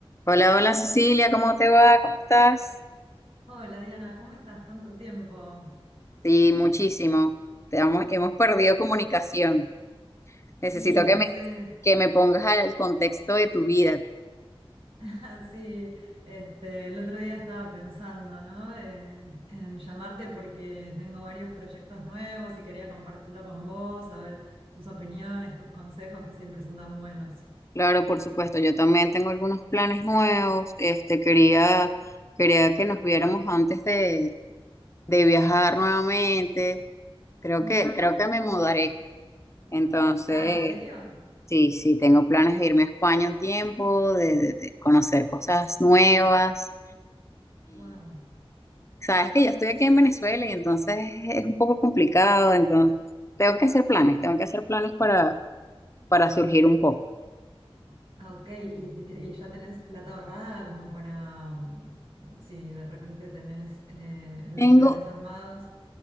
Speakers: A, on the left (about 30°); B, on the right (about 65°).
A: Hola, hola Cecilia, ¿cómo te va? ¿Cómo estás?
B: Hola Diana, ¿cómo estás? Tanto tiempo.
A: Sí, muchísimo. Te hemos, hemos perdido comunicación.
B: Sí,
A: Necesito que
B: no
A: me,
B: sé,
A: que me pongas al contexto de tu vida.
B: <laughs> sí, este, el otro día estaba pensando, ¿no? Eh, en llamarte porque tengo varios proyectos nuevos y quería compartirlo con vos, a ver tus opiniones, tus consejos que siempre son tan buenos.
A: Claro, por supuesto, yo también tengo algunos planes nuevos. Este, quería, quería que nos viéramos antes de, de viajar nuevamente. Creo
B: Ujú.
A: que, creo que me mudaré. Entonces,
B: Ah, ¿en serio?
A: sí, sí, tengo planes de irme a España un tiempo, de de- de conocer cosas nuevas
B: Wow.
A: Sabes que yo estoy aquí en Venezuela y entonces es un poco complicado, entonces tengo que hacer planes, tengo que hacer planes para, para surgir un poco.
B: Ah, ok, ¿Y, y- y ya tenés plata ahorrada como para, mm, si de repente tenés eh, los
A: Tengo
B: planes armados?